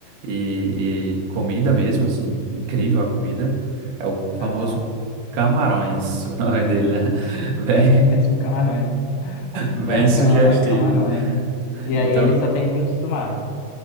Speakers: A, on the right; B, on the left.
A: e, e comida mesmo, assim, incrível a comida. É o famoso
B: Aham.
A: Camarões, <laughs> o nome dele, né? <laughs> Bem,
B: É mesmo camarão. Bacana,
A: bem sugestivo.
B: camarões. E
A: Então,
B: aí ele só tem frutos do mar.